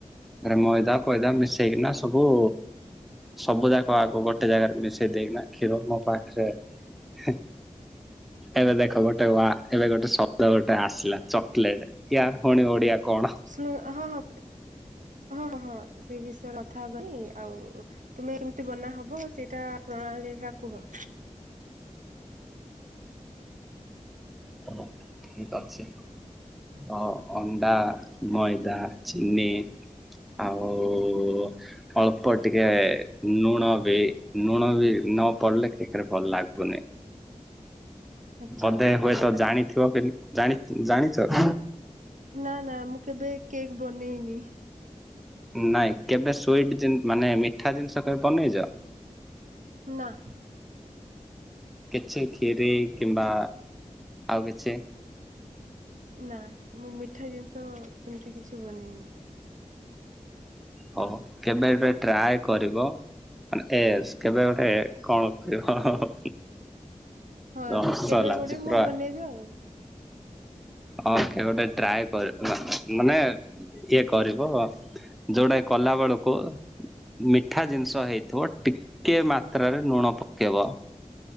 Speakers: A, in the centre; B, on the right (about 75°).
A: ଆରେ ମଇଦା ଫଇଦା ମିଶେଇକିନା ସବୁ ସବୁ ଯାକ ଆଗ ଗୋଟେ ଜାଗାରେ ମିଶେଇ ଦେଇକନା, କ୍ଷୀର ମୋ ପାଖରେ, ହେଁ ଏବେ ଦେଖ ଗୋଟେ ୱା, ଏବେ ଗୋଟେ ଶବ୍ଦ ଗୋଟେ ଆସିଲା ଚକ୍ଲେଟ। ୟାର୍ ଫୁଣି ଓଡିଆ କଣ?
B: ଶୁଣ! ହଁ ହଁ ହଁ ହଁ ହଁ ସେ ବିଷୟରେ କଥା ହବା ନି। ଆଉ ତୁମେ କେମିତି ବନା ହବ ସେଇଟା ପ୍ରଣାଳୀ ଟା କୁହ?
A: ଓ ଠିକ୍ ଅଛି। ଅ-ଅଣ୍ଡା, ମଇଦା, ଚିନି ଆଉ-ଉ-ଉ ଅଳ୍ପ ଟିକେ ନୁଣ ବି! ନୁଣ ଭି ନ ପଡିଲେ କେକ୍ ରେ ଭଲ ଲାଗୁ ଗୁନି।
B: ଆଚ୍ଛା
A: ବଧେ ହୁଏ
B: ତାପରେ
A: ଥିବ କାଲି, ଜାଣି ଜାଣିଛ! <inaudible>
B: ନା, ନା, ମୁଁ କେବେ କେକ୍ ବନେଇନି?
A: ନାଇଁ, କେବେ ସୁଇଟ୍ ଜିନି ମାନେ, ମିଠା ଜିନିଷ କେବେ ବନେଇଛ?
B: ନାଁ।
A: କିଛି ଖିରି କିମ୍ବା ଆଉ କିଛି?
B: ନାଁ, ମୁଁ ମିଠା ଜିନିଷ ସେମିତି କିଛି ବନେଇନି।
A: ହଉ, କେବେ ଏଟେ ଟ୍ରାଏ କରିବ? ମାନେ, ଏସ୍ କେବେ ଗୋଟେ କଣ କହିବ?
B: ହଁ,
A: ହସ
B: କେବେ
A: ଲାଗୁଛି
B: ଗୋଡେ
A: ପୁରା
B: ମୁଁ ବନେଇବି ଆଉ।
A: ହଁ, କେ ଗୋଟେ ଟ୍ରାଏ କର ମାନେ, ଇଏ କରିବ। ଯୋଉଟା କଲା ବେଳକୁ ମିଠା ଜିନିଷ ହେଇଥିବ। ଟିକେ ମାତ୍ରାରେ ନୁଣ ପକେଇବ।